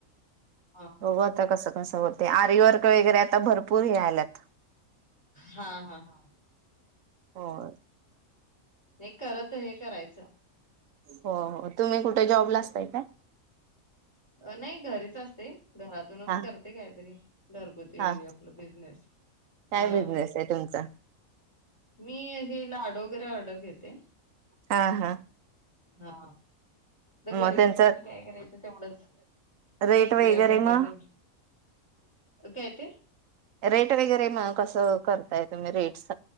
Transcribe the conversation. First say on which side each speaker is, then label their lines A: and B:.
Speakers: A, on the left; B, on the right.
A: हा
B: बघु आता कसं कसं हो ते आरीवर्क वगैरे आता भरपूर हे आल्यात
A: हा हा हा.
B: होय.
A: नाही करत हे कराय <unintelligible>
B: होय होय, तुम्ही कुठे जॉबला असताय काय
A: अ नाही घरीच असते. घरातूनच
B: हा
A: करते काहीतरी घरगुती
B: हा
A: आपलं बिझनेस
B: काय
A: हा.
B: बिझनेस आहे तुमचा?
A: मी हे लाडू वगैरे ऑर्डर घेते.
B: हा हा.
A: हा तर घरी
B: मग त्यांच
A: बसून तर काय करायचं, तेवढंच
B: रेट वगैरे
A: वेळ भेटेल
B: मग
A: तेवढं काय ते?
B: रेट वगैरे म कसं करताय तुम्ही? रेटस